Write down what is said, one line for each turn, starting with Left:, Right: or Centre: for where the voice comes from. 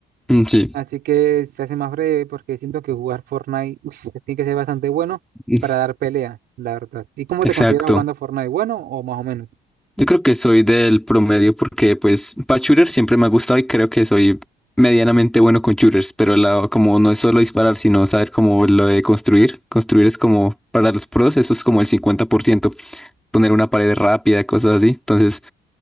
Centre: Mm, Sí,
Right: Así que se hace más breve porque siento que jugar Fortnite, uy, se tiene que ser bastante bueno
Centre: <laughs> mm,
Right: para dar pelea, la verdad. ¿Y cómo
Centre: exacto.
Right: te consideras jugando Fortnite? ¿Bueno o más o menos?
Centre: Yo creo que soy del promedio porque, pues, para shooter siempre me ha gustado y creo que soy medianamente bueno con shooters, pero la, como no es solo disparar, sino saber cómo lo de construir. Construir es como, para los pros, eso es como el cincuenta por ciento poner una pared rápida, cosas así. Entonces,